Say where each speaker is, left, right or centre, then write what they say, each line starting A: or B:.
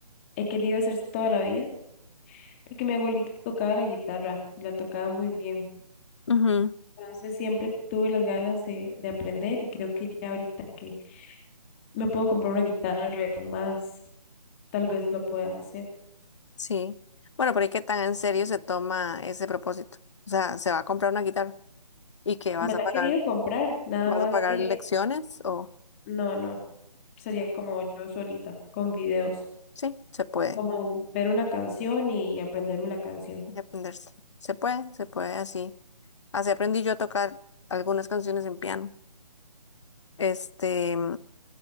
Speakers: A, on the left (about 20°); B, on the left (about 45°).
A: he querido hacer toda la vida porque mi abuelita tocaba la guitarra y la tocaba muy bien.
B: Ujú.
A: Entonces siempre tuve las ganas de, de aprender y creo que ya ahorita que me puedo comprar una guitarra y demás, tal vez lo pueda hacer.
B: Sí. Bueno, pero es que tan en serio se toma ese propósito. O sea, se va a comprar una guitarra y qué vas
A: Me
B: a
A: la
B: pagar,
A: he querido comprar, nada
B: vas
A: más
B: a pagar
A: que
B: lecciones o
A: no, no, sería como yo solita, con videos,
B: sí, se puede
A: como ver una canción y aprenderme la canción.
B: y aprenderse. Se puede, se puede así. Así aprendí yo a tocar algunas canciones en piano. Este,